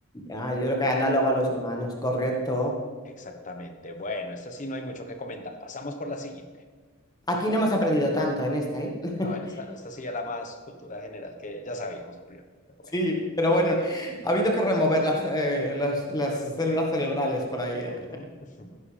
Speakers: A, on the left; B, on the left.
A: ah, yo creo que análogo a los humanos, correcto.
B: Exactamente. Bueno, esta sí no hay mucho que comentar. Pasamos por la siguiente.
A: Aquí no hemos aprendido tanto en esta, ¿eh? <laughs>
B: No, en esta no, esta sí era más cultura general que ya sabíamos a priori, pero bueno.
A: Sí, pero bueno, ha habido que remover las, eh, las, las células cerebrales por ahí, ¿eh?
B: Ujú. <laughs>